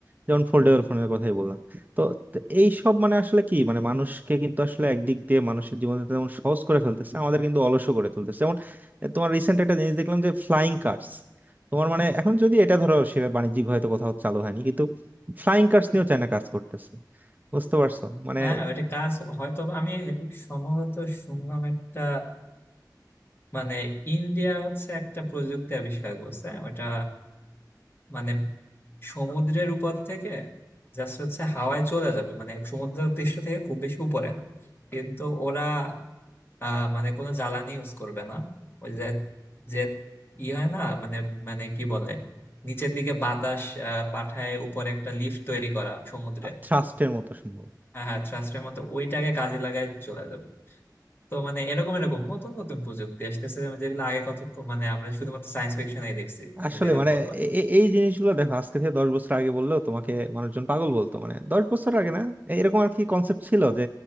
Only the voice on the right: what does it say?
যেমন ফোল্ডেবল ফোনের কথাই বললাম তো তো এই সব মানে আসলে কি মানে মানুষকে কিন্তু আসলে একদিক দিয়ে মানুষের জীবনে যেমন সহজ করে ফেলতেছে আমাদের কিন্তু অলসও করে তুলতেছে যেমন এ, তোমার রিসেন্ট একটা জিনিস দেখলাম যে ফ্লাইং কার্স তোমার মানে এখন যদি এটা ধরো সে বাণিজ্যিক হয়তো কোথাও চালু হয়নি ফ্লাইং কার্স নিয়েও চায়না কাজ করতেছে বুঝতে পারছো মানে
থ্রাস্টের মতো সম্ভব
আসলে
মানে
এ- এ- এই জিনিসগুলো দেখো আজকে থেকে দশ বছর আগে বললেও তোমাকে মানুষজন পাগল বলতো মানে দশ বছর আগে না এরকম আর কি কনসেপ্ট ছিল যে